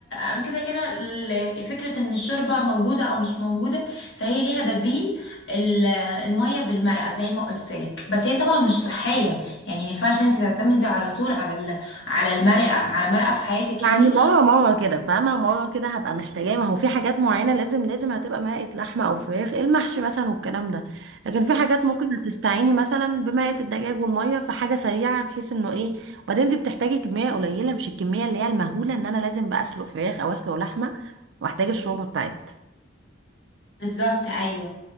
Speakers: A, on the left; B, on the right.
A: انا كده كده ال- فكره ان الشوربه موجوده او مش موجوده فهي ليها بديل ال- الميه بالمرقه زي ما قلت لك بس هي طبعا مش صحيه يعني ما ينفعش انت تعتمدي على طول على ال- على المرقه على المرقه في حياتك
B: يعني
A: يعني
B: مرة مرة كده فاهمة مرة كده هبقى محتاجاه ما هو في حاجات معينة لازم لازم هتبقى مائة لحمة أو فراخ المحشي مثلا والكلام ده لكن في حاجات ممكن تستعيني مثلا بمائة الدجاج والمية في حاجة سريعة بحيث إنه إيه وبعدين أنت بتحتاجي كمية قليلة مش الكمية اللي هي المهولة إن أنا لازم بقى أسلق فراخ أو أسلق لحمة وأحتاج الشوربة بتاعتها
A: بالظبط ايوه